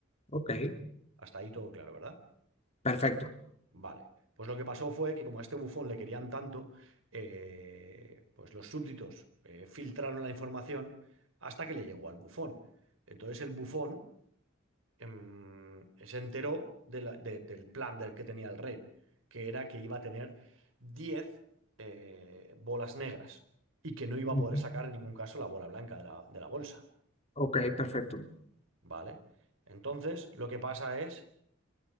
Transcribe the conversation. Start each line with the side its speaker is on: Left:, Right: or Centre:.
Left: Ok,
Right: Hasta ahí todo claro, ¿verdad?
Left: perfecto.
Right: Vale. Pues lo que pasó fue que como a este bufón le querían tanto, eh, pues los súbditos eh, filtraron la información hasta que le llegó al bufón. Entonces el bufón em, se enteró de la- de- del plan del que tenía el rey, que era que iba a tener 10 eh, bolas negras y que no iba
Left: Ujú.
Right: a poder sacar en ningún caso la bola blanca de la, de la bolsa.
Left: Ok, perfecto.
Right: ¿Vale? Entonces lo que pasa es